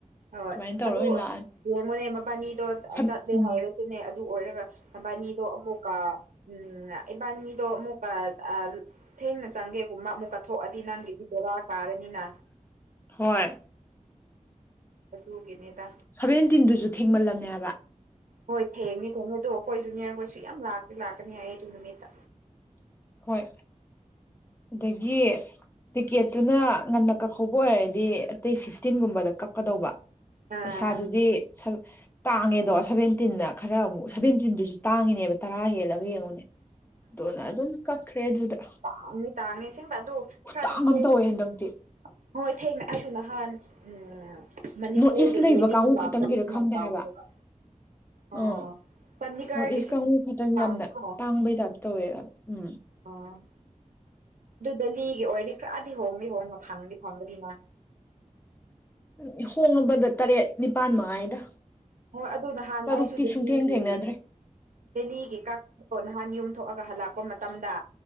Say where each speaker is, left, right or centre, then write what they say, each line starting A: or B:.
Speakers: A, on the right; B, on the left.
A: ꯍꯣꯏ
B: ꯑꯗꯨꯃꯥꯏꯅ ꯇꯧꯔ
A: ꯑꯗꯨ
B: ꯑꯣꯏꯅ ꯂꯥꯛꯑꯅꯤ
A: ꯌꯦꯡꯉꯨꯅꯦ ꯃꯕꯥꯅꯤꯗꯣ
B: ꯁꯝ
A: ꯆꯠꯂꯦ
B: ꯎꯝ
A: ꯍꯥꯏꯔꯁꯨꯅꯦ ꯑꯗꯨ ꯑꯣꯏꯔꯒ ꯑꯕꯥꯅꯤꯗꯣ ꯑꯃꯨꯀ ꯎꯝ ꯏꯕꯥꯅꯤꯗꯣ ꯑꯃꯨꯛꯀ ꯑ ꯊꯦꯡꯅ ꯆꯪꯒꯦꯒꯨꯝꯕ ꯑꯃꯨꯛ ꯀꯠꯊꯣꯛꯑꯗꯤ ꯅꯪꯒꯤꯗꯤ ꯕꯦꯔꯥ ꯀꯥꯔꯅꯤꯅ
B: ꯍꯣꯏ
A: ꯑꯗꯨꯒꯤꯅꯤꯗ
B: ꯁꯚꯦꯟꯇꯤꯟꯗꯨꯁꯨ ꯊꯦꯡꯃꯜꯂꯝꯅꯦ ꯍꯥꯏꯕ
A: ꯍꯣꯏ ꯊꯦꯡꯅꯤ ꯊꯦꯡꯅꯤ ꯑꯗꯣ ꯑꯩꯈꯣꯏ ꯨꯅꯤꯌꯔꯈꯣꯏꯁꯨ ꯌꯥꯝ ꯂꯥꯛꯀꯦ ꯂꯥꯛꯀꯅꯤ ꯍꯥꯏꯌꯦ ꯑꯗꯨ ꯅꯨꯃꯤꯠꯇ
B: ꯍꯣꯏ ꯑꯗꯒꯤ ꯇꯤꯀꯦꯠꯇꯨꯅ ꯉꯟꯅ ꯀꯛꯍꯧꯕ ꯑꯣꯏꯔꯗꯤ ꯑꯇꯩ ꯐꯤꯐꯇꯤꯟꯒꯨꯝꯕꯗ ꯀꯛ ꯀꯗꯧꯕ
A: ꯑꯥ
B: ꯄꯩꯁꯥꯗꯨꯗꯤ ꯇꯥꯡꯉꯦꯗꯣ ꯁꯚꯦꯟꯇꯤꯟꯗ ꯈꯔ ꯑꯃꯨꯛ ꯁꯚꯦꯟꯇꯤꯟꯗꯨꯁꯨ ꯇꯥꯡꯉꯤꯅꯦꯕ ꯇꯔꯥ ꯍꯦꯜꯂꯒ ꯌꯦꯡꯉꯨꯅꯦ ꯑꯗꯨꯅ ꯑꯗꯨꯝ ꯀꯛꯈ꯭ꯔꯦ ꯑꯗꯨꯗ
A: ꯇꯥꯡꯗꯤ ꯇꯥꯡꯉꯦ ꯑꯁꯦꯡꯕ ꯑꯗꯨ
B: ꯈꯨꯇꯥꯡ
A: ꯈꯔꯗꯤ
B: ꯑꯃ
A: ꯍꯣꯉꯦ
B: ꯇꯧꯋꯦ
A: ꯑꯗꯨ
B: ꯍꯟꯗꯛꯇꯤ
A: ꯍꯣꯏ ꯊꯦꯡꯅ ꯑꯩꯁꯨ ꯅꯍꯥꯟ ꯎꯝ ꯃꯅꯤꯄꯨꯔꯗꯨ
B: ꯅꯣꯔꯠ ꯏꯁ ꯂꯩꯕ
A: ꯗꯦꯂꯤꯗꯨ
B: ꯀꯥꯡꯕꯨ
A: ꯂꯥꯛꯄꯗ
B: ꯈꯛꯇꯪꯒꯤꯔ
A: ꯁꯨꯃꯥꯏꯅ
B: ꯈꯪꯗꯦ
A: ꯇꯧꯕꯅꯦꯕ
B: ꯍꯥꯏꯕ
A: ꯑ
B: ꯑꯥ
A: ꯄꯅꯤꯀꯥꯔꯒꯤꯁꯨ
B: ꯅꯣꯔꯠ ꯏꯁ ꯀꯥꯡꯕꯨ ꯈꯛꯇꯪ
A: ꯇꯥꯡꯉꯤ
B: ꯌꯥꯝꯅ
A: ꯀꯣ
B: ꯇꯥꯡꯕꯩ ꯇꯥꯏꯞ ꯇꯧꯋꯦꯕ ꯎꯝ
A: ꯑ ꯑꯗꯨ ꯗꯦꯜꯂꯤꯒꯤ ꯑꯣꯏꯔꯗꯤ ꯈꯔꯗꯤ ꯍꯣꯡꯗꯤ ꯍꯣꯡꯉ ꯐꯪꯉꯗꯤ ꯐꯪꯒꯗꯤ ꯅ
B: ꯎꯝ ꯍꯣꯡꯉꯕꯗ ꯇꯔꯦꯠ ꯅꯤꯄꯥꯜ ꯃꯉꯥꯏꯗ
A: ꯍꯣꯏ ꯑꯗꯨ ꯅꯍꯥꯟ
B: ꯇꯔꯨꯛꯇꯤ
A: ꯑꯩꯁꯨ ꯗꯦꯜꯂꯤ
B: ꯁꯨꯡꯊꯦꯡ
A: ꯒꯤ
B: ꯊꯦꯡꯅꯗ꯭ꯔꯦ
A: ꯗꯦꯜꯂꯤꯒꯤ ꯀꯛ ꯑꯣ ꯅꯍꯥꯟ ꯌꯨꯝꯊꯣꯛꯑꯒ ꯍꯜꯂꯛꯄ ꯃꯇꯝꯗ